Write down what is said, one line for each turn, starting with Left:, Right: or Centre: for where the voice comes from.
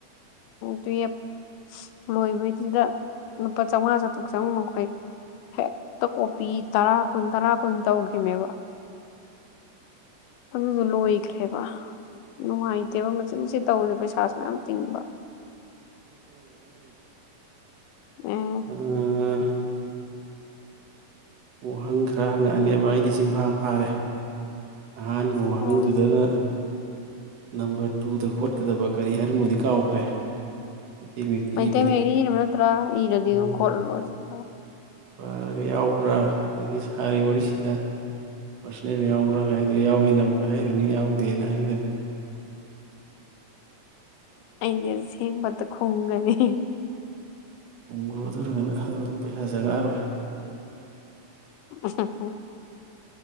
Left: ꯇꯨꯌꯦꯜꯐ ꯂꯣꯏꯕꯩꯗꯨꯗ ꯂꯨꯄꯥ ꯆꯥꯝꯃꯉꯥ ꯆ ꯆꯪ ꯃꯈꯣꯏ ꯍꯦꯛꯇ ꯀꯣꯄꯤ ꯇꯔꯥ ꯀꯨꯟ ꯇꯔꯥ ꯀꯨꯟ ꯇꯧꯈꯤꯕꯅꯦꯕ ꯑꯗꯨꯁꯨ ꯂꯣꯏꯈ꯭ꯔꯦꯕ ꯅꯨꯡꯉꯥꯏꯇꯦꯕ ꯃꯁꯤꯆ ꯃꯆ ꯇꯧꯁꯦ ꯄꯩꯁꯥꯁꯨ ꯃꯌꯥꯝ ꯇꯤꯡꯕ ꯑꯦ
Right: ꯎꯝ ꯋꯥꯍꯪ ꯈꯔ ꯍꯪꯉꯛꯑꯅꯦ ꯚꯥꯏ ꯂꯤ ꯆꯤꯡꯐꯥ ꯐꯥꯔꯦ ꯑꯍꯥꯟꯕ ꯋꯥꯍꯪꯗꯨꯗ
Left: ꯍꯣꯏ
Right: ꯅꯝꯕꯔ ꯇꯨꯗ ꯀꯗꯕꯛ ꯀꯔꯤ ꯍꯥꯏꯦ ꯃꯣꯗꯤ ꯀꯥꯎꯈ꯭ꯔꯦ ꯃꯩꯇꯩ ꯃꯌꯦꯛꯇ
Left: ꯃꯩꯇꯩ
Right: ꯏꯕꯅꯤ
Left: ꯃꯌꯦꯛꯅ ꯏꯔꯕ ꯅꯠꯇ꯭ꯔꯥ ꯏꯔꯗꯤ
Right: ꯎꯝ
Left: ꯑꯗꯨꯝ ꯈꯣꯠꯂ ꯂꯣꯏꯅꯤꯝ
Right: ꯄꯥꯔꯒ ꯌꯥꯎꯕ꯭ꯔꯥ ꯑꯗꯒꯤ ꯁꯥꯔꯤꯕ ꯋꯥꯔꯤꯁꯤꯗ ꯄꯥꯔꯁꯣꯅꯦꯜ ꯌꯥꯎꯕ꯭ꯔꯥꯒ ꯍꯥꯏꯗ ꯌꯥꯎꯏꯤ ꯅ ꯑꯃꯨꯛꯀ ꯍꯥꯏꯔꯨꯅꯤ ꯌꯥꯎꯗꯦꯅ ꯍꯥꯏꯒꯗꯕꯃꯤꯗꯣ
Left: ꯑꯩꯅꯦ ꯑꯁꯦꯡꯕꯇ ꯈꯣꯡꯒꯅꯤ
Right: ꯈꯣꯡꯒꯨꯗꯔꯒꯅ ꯑꯗꯨꯝ ꯄꯩꯁꯥꯁꯦ ꯉꯥꯔꯣꯏ
Left: ꯎ